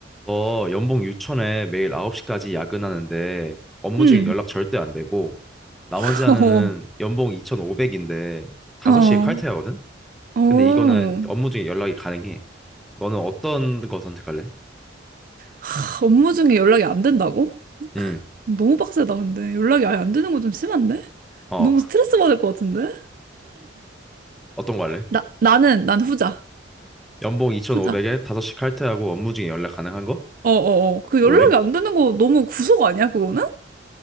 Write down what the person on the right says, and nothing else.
응.
<laughs>
어, 어,
어.
하, 업무 중에 연락이 안 된다고? <laughs>
너무 빡세다, 근데. 연락이 아예 안 되는 거 좀 심한데?
너무 스트레스 받을 것 같은데?
나, 나는, 난 후자.
후자.
어, 어, 어. 그
연락이 안 되는 거 너무 구속 아니야, 그거는?